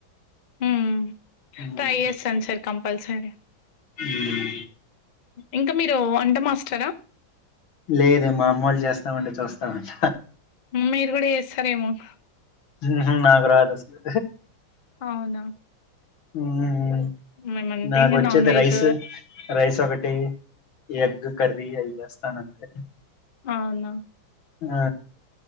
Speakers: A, on the left; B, on the left.
A: హ్మ్.
B: ఉమ్
A: ట్రై చేస్తాను సార్ కంపల్సరీ
B: ఉమ్
A: ఇంకా మీరు వంట మాస్టారా
B: లేదు మా అమ్మ వాళ్ళు చేస్తామంటే చూస్తాంట
A: మీరు కూడా చేస్తారేమో ఆ
B: హ్మ్ హు నాకు రాదు అస్సలు
A: అవునా
B: మ్మ్ హ్మ్
A: మేమంటే
B: నాకొచ్చేది
A: ఇంగ నాన్ వెజ్
B: రైస్ రైస్ ఒకటి ఎగ్ కర్రీ అయ్య స్తాను అంతే
A: అవునా
B: ఆ